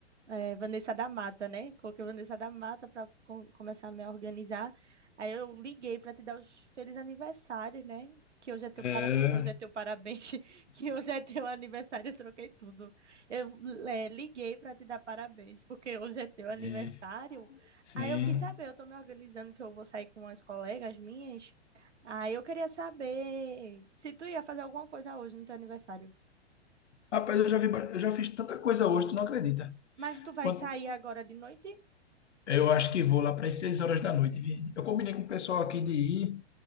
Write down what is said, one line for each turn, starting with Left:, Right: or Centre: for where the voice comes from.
Right: É, Vanessa da Mata, né? Coloquei Vanessa da Mata para começar a me organizar. Aí eu liguei para te dar os felizes aniversários, né? Que hoje é teu
Left: É,
Right: para... que hoje é teu parabéns, <laughs> que hoje é teu aniversário, eu troquei tudo. Eu é, liguei para te dar parabéns, porque hoje é teu
Left: sim,
Right: aniversário.
Left: sim.
Right: Aí eu quis saber, eu tô me organizando que eu vou sair com umas colegas minhas. Aí eu queria saber se tu ia fazer alguma coisa hoje no teu aniversário.
Left: Rapaz, eu já vi, ba- eu já fiz tanta coisa hoje, tu não acredita.
Right: Mas tu vai
Left: Quant-
Right: sair agora de noite?
Left: Eu acho que vou lá para as 6 horas da noite, vi? Eu combinei com o pessoal aqui de ir,